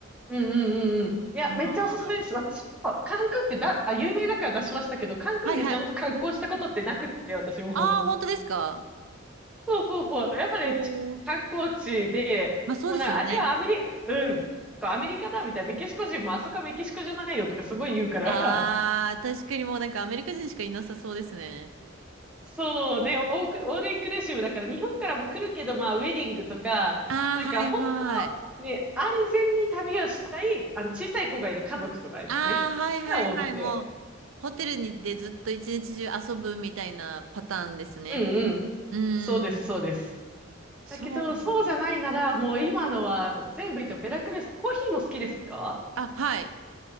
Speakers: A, in the centre; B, on the right (about 80°).
A: うんうんうんうん。いや、
B: はーい。
A: めっちゃおすすめです。私、あカンクンってだ、あ、有名だから出しましたけど、カンクンでちゃんと観光したことってなくって、
B: はいはい。
A: 私も。
B: ああ、本当ですか
A: そうそうそう。やっぱり、
B: おー。
A: ち観光地で、
B: まあそうですよね。
A: もうなんか、あれはアメリ、うん、こうアメリカだみたいな、メキシコ人もあそこはメキシコじゃないよとかすごい言うから、
B: あー、確かにもうなんかアメリカ人しかいなさそうですね。
A: <laughs> そうね、オーク、オールインクルーシブだから日本からも来るけど、まあ、ウェディングとか、
B: ああ、
A: なんか本
B: はいはい。
A: 当、ね、安全に旅をしたい、あの、小さい子がいる家族とかですね、
B: あー、はいはいはい。
A: が多くて。
B: もう、ホテルにでずっと一日中遊ぶみたいなパターンですね。
A: うんうん。
B: うーん。
A: そうです、そうです。
B: そうだね。
A: だけど、そうじゃないなら、もう今のは全部いいと、ベラクルス、コーヒーも好きですか
B: あ、はい。